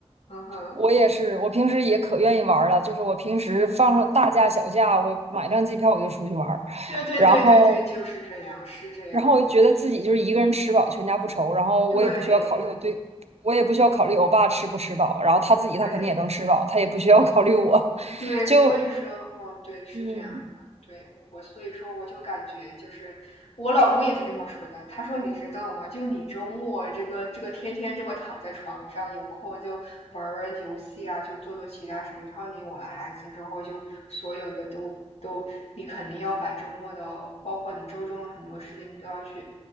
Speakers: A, on the left; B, on the right.
A: 嗯哼，
B: 我也是，我平时也可愿意玩儿了，就是我平时放上大假小假，我买张机票我就出去玩儿，
A: 对对对对对，
B: 然后，
A: 就是这样，是这样，
B: 然后我就觉得自己就是一个人吃饱全家不愁，然后我也不需要考虑我对，
A: 对
B: 我也不需要考虑我爸吃不吃饱，然后他自己他肯定也能吃饱，
A: 对。
B: 他也不需要考虑我，<laughs>
A: 对，
B: 就
A: 所以说，嗯，对，是这样的，
B: 嗯
A: 对我，所以说我就感觉就是我老公也是这么说的，他说你知道吗？就你周末这个这个天天这么躺在床上，有空就玩玩游戏啊，就做做其他什么。他说你有了孩子之后，就所有的都都，你肯定要把周末的，包括你周中的很多时间，你都要去